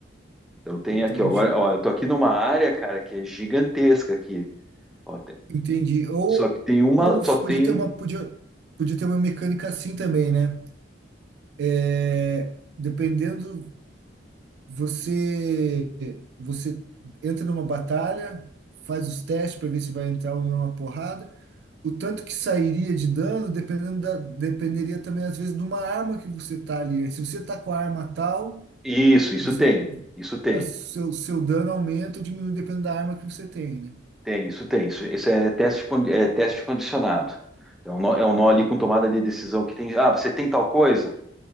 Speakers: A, in the centre; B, on the right.
A: Então tem
B: entendi.
A: aqui, ó, agora, ó, eu tô aqui numa área, cara, que é gigantesca aqui. Ó, tem-
B: Entendi. Ou,
A: só que tem uma,
B: ou
A: só tem
B: podia ter uma, podia, podia ter uma mecânica assim também, né? É, dependendo, você, você entra numa batalha, faz os testes para ver se vai entrar ou não a porrada. O tanto que sairia de dano, dependendo da, dependeria também, às vezes, de uma arma que você tá ali. Se você tá com a arma tal,
A: isso, isso
B: você,
A: tem, isso tem,
B: a seu, seu dano aumenta ou diminui dependendo da arma que você tem, né?
A: tem, isso tem, isso, isso é teste, con- é teste condicionado. Então, é um nó é um nó ali com tomada de decisão que tem, ah, você tem tal coisa?